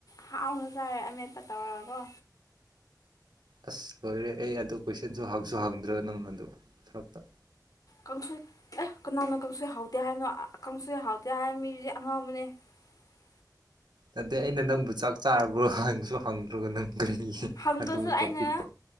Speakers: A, on the left; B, on the right.
A: ꯍꯥꯎꯅ ꯆꯥꯔꯦ ꯑꯃꯦꯠꯄ ꯇꯧꯔꯒꯀꯣ
B: ꯑꯁ ꯂꯣꯏꯔꯦ ꯑꯩ ꯑꯗꯨ ꯀꯣꯏꯁꯟꯁꯨ ꯍꯪꯁꯨ ꯍꯪꯗ꯭ꯔꯒ ꯅꯪꯅ ꯑꯗꯨ ꯊꯛꯇ
A: ꯀꯥꯡꯁꯣꯏ ꯑꯦ ꯀꯅꯥꯅ ꯀꯥꯡꯁꯣꯏ ꯍꯥꯎꯗꯦ ꯍꯥꯏꯕꯅꯣ ꯀꯥꯡꯁꯣꯏ ꯍꯥꯎꯗꯦ ꯍꯥꯏꯕ ꯃꯤꯗꯨꯗꯤ ꯑꯉꯥꯎꯕꯅꯦ <unintelligible>
B: ꯑꯗꯩ ꯑꯩꯅ ꯅꯪꯕꯨ ꯆꯥꯛ ꯆꯥꯔꯕ꯭ꯔꯣ ꯍꯪꯁꯨ ꯍꯪꯗ꯭ꯔꯒ ꯅꯪ ꯀꯔꯤꯒꯤ
A: ꯍꯪꯗ꯭ꯔꯁꯨ
B: ꯑꯗꯨ
A: ꯑꯩꯅ
B: ꯇꯣꯄꯤꯛꯇꯣ